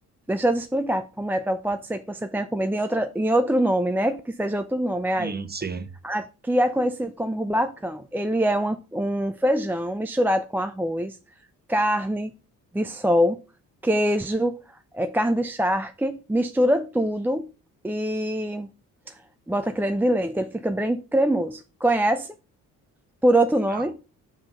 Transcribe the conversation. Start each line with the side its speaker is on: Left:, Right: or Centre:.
Centre: Deixa eu te explicar como é, pra, pode ser que você tenha comido em outra, em outro nome, né? Que seja outro nome, é aí.
Right: hum, sim,
Centre: Aqui é conhecido como rubacão. Ele é uma- um feijão misturado com arroz, carne de sol, queijo, é, carne de charque, mistura tudo e Bota creme de leite, ele fica bem cremoso. Conhece? Por outro nome?
Right: não,
Centre: <laughs>